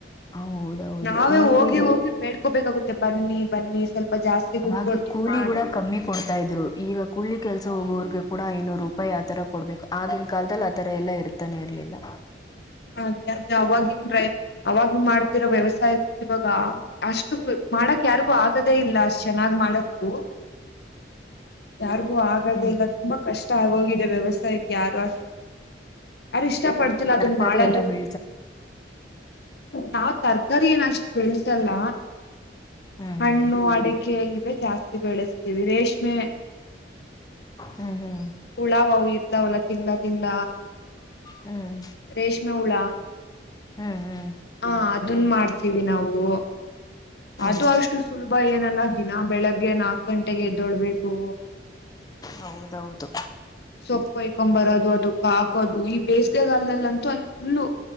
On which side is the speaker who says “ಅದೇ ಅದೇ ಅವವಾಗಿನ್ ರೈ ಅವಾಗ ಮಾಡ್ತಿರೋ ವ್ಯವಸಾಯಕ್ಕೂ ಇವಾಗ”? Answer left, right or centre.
Left